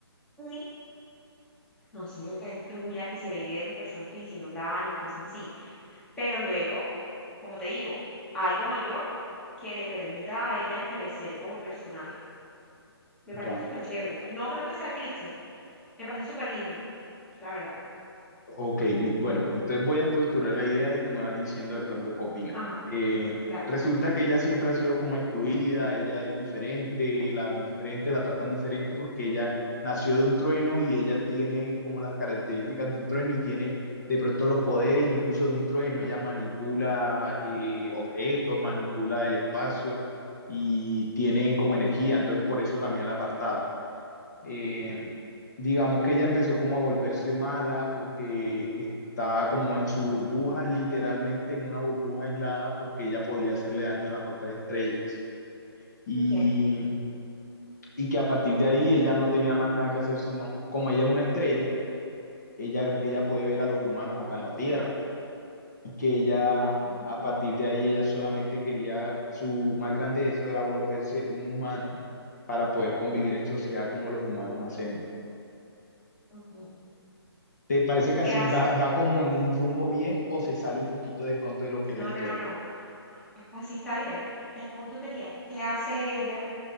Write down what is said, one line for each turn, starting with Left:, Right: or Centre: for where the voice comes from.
Centre: Y no sé, que destruya, que se vengue de las personas que le hicieron daño, cosas así. Pero luego, como te digo, algo mayor que le permita a ella crecer como personaje. Me parece
Left: ya.
Centre: súper chévere. O sea, no creo que sea cliché. Me parece súper lindo, la verdad.
Left: Ok, mi- bueno, pues, entonces voy a estructurar la idea y tú me vas diciendo de pronto qué opinas.
Centre: Ajá,
Left: Eh,
Centre: dale.
Left: resulta que ella siempre ha sido como excluida, ella es diferente, la ven diferente, la tratan diferente porque ella nació de un trueno y ella tiene como las características de un trueno y tiene de pronto los poderes incluso de un trueno. Ella manipula eh, objetos, manipula el espacio y tiene como energía, entonces por eso también la apartaba. Eh, digamos que ella empezó como a volverse mala porque estaba como en su burbuja, literalmente en una burbuja aislada porque ella podía hacerle daño a las otras estrellas. Y,
Centre: Ok,
Left: y que a partir de ahí ella no tenía más nada que hacer, sino como ella es una estrella, ella, ella puede ver a los humanos acá en la Tierra y que ella...
Centre: ok,
Left: A partir de ahí, ella solamente quería, su más grande deseo era volverse un humano para poder convivir en sociedad como los humanos hacemos.
Centre: ok.
Left: ¿Te parece
Centre: ¿Y
Left: que
Centre: qué
Left: así
Centre: hace?
Left: va, va como en un rumbo bien o se sale un poquito de pronto de lo que
Centre: No,
Left: es la historia?
Centre: no, no, no. Así está bien. El punto sería, ¿qué hace ella